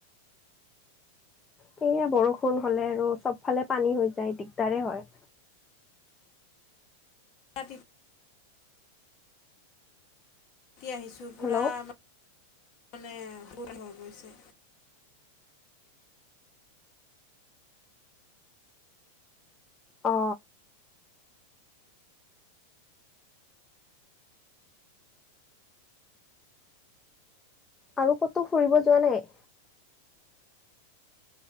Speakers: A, on the left; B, on the left.
A: সেয়া বৰষুণ হলে আৰু চব ফালে পানী হৈ যায় দিগদাৰে হয়।
B: ৰাতিত তিতি আহিছো পুৰা
A: হেল্ল'
B: মানে সুৰ হৈ গৈছে <unintelligible>
A: অ আৰু ক'তো ফুৰিব যোৱা নাই?